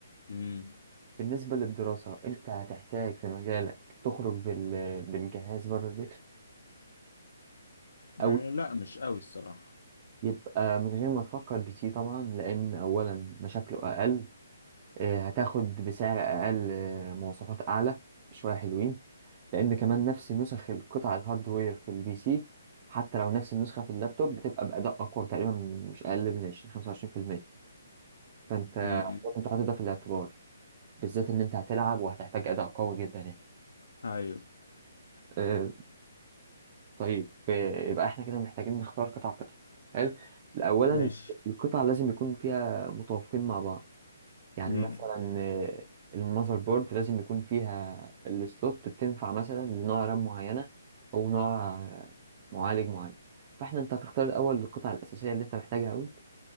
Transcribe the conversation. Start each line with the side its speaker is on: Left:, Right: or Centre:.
Left: امم
Right: بالنسبة للدراسة انت هتحتاج في مجالك تخرج بال... بالجهاز بره البيت
Left: آه،
Right: او
Left: لا مش قوي الصراحة
Right: يبقى من غير ما تفكر بي سي طبعا لان اولا مشاكله اقل آه، هتاخد بسعر اقل آه، مواصفات اعلى بشوية حلوين لان كمان نفس نسخ القطع الهاردوير في البي سي حتى لو نفس النسخه في اللابتوب بتبقى باداء اقوى تقريبا مش اقل من 20 25% فانت
Left: امم
Right: لازم تحط ده في الاعتبار بالذات ان انت هتلعب وهتحتاج اداء قوي جدا يعني
Left: ايوه
Right: أه طيب آه، يبقى احنا كده محتاجين نختار قطع قطع حلو اولا
Left: ماشي
Right: القطع لازم يكون فيها متوافقين مع بعض يعني
Left: امم
Right: مثلا آه، المذر بورد لازم يكون فيها السلوت بتنفع مثلا لنوع رام معينة أو نوع آه، معالج معين فاحنا انت هتختار الأول القطع الأساسية اللي انت محتاجها أوي